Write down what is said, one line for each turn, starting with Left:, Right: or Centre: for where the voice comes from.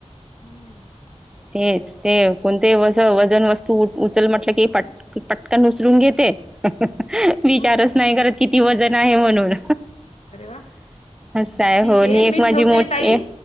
Left: <inaudible>
Centre: तेच ते कोणतेही वजन वजन वस्तू उचल म्हटलं की पटकन उचलून घेते, पटपट विचारच
Left: हो का
Centre: नाही करत किती वजन आहे म्हणून.
Left: अरे वा
Centre: असंय,
Left: ठीक
Centre: हो
Left: आहे
Centre: नि एक
Left: मी
Centre: माझी
Left: ठेवते
Centre: मोठीय.
Left: ताई